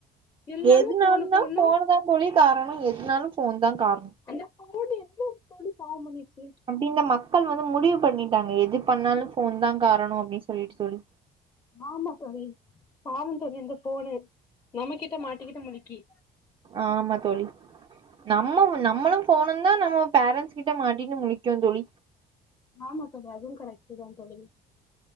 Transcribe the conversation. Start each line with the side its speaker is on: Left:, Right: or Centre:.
Left: எல்லாமே
Right: எதுனாலுந்தா
Left: ஃபோனு ஃபோனுனா
Right: ஃபோனு தா தோழி காரணோ எதுனாலு ஃபோன் தா காரண
Left: அந்த ஃபோனு என்ன தோழி பாவோ பண்ணுச்சி
Right: அப்டி இந்த மக்கள் வந்து முடிவு பண்ணிட்டாங்க எது பண்ணாலு ஃபோன் தா காரணோ அப்டின்னு சொல்லிட்டு சொல்லி
Left: ஆமா தோழி பாவோ தோழி அந்த ஃபோனு நம்மகிட்ட மாட்டிக்கிட்டு முளிக்கி
Right: ஆமா தோழி நம்ம நம்மளு ஃபோணு தா நம்ம பேரன்ஸ் கிட்ட மாட்டினு முழிக்கோ தோழி
Left: ஆமா தோழி அதுவு கரெக்ட்டு தா தோழி